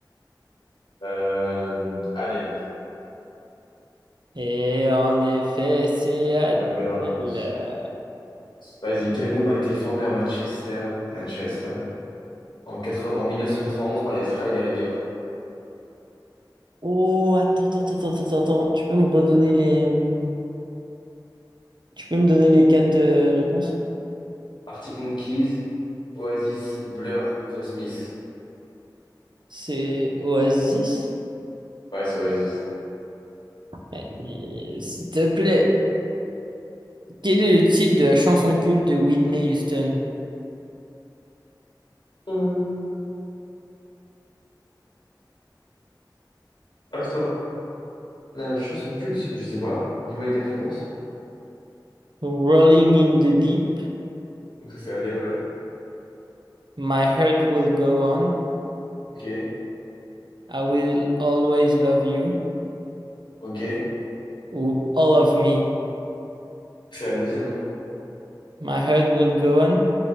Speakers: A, on the left; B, on the right.
A: Euh, Adele,
B: Et en effet, c'est Adele.
A: c'est la bonne réponse. Vas-y, quel groupe a été formé à Manchester, Manchester, en, quatre, en 1991 par les frères Gallagher?
B: Oh, attends, attends, attends, attends, attends. attends. Tu peux me redonner les... Tu peux me donner les quatre euh, réponses?
A: Arctic Monkeys, Oasis, Blur ou The Smiths?
B: C'est Oasis?
A: Ouais, c'est Oasis.
B: Euh, S'il te plaît, quel est le titre de la chanson culte de Whitney Houston?
A: Euh, Attends. La chanson culte, je sais pas. Dis-moi les quatre réponses.
B: Rolling in the Deep,
A: Donc ça, c'est Adele, ouais.
B: My heart will go on.
A: Ok,
B: I will always love you.
A: ok.
B: Ou all of me.
A: C'est la deuxième, hein.
B: My heart will go on.